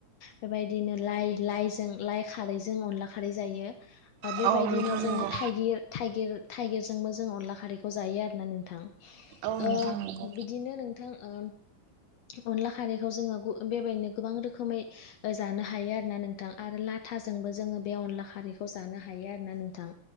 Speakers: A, on the left (about 75°); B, on the right (about 85°).
A: बेबायदिनो लाइ लाइजों लाइ खारैजों अनला खारै जायो। ओ बेबायदिनो
B: औ नोंथां
A: जोङो
B: नंगौ
A: थाइगिर थाइगिर थाइगिरजोंबो जों अनला खारैखौ जायो आरोना नोंथां,
B: औ नोंथां
A: ओ
B: नंगौ
A: बिदिनो नोंथां ओ, अनला खारैखौ जोङो गु बेबायदिनो गोबां रोखोमै जानो हायो आरो ना नोंथां आरो लाथाजोंबो जोङो बे अनला खारैखौ जानो हायो आरो ना नोंथां,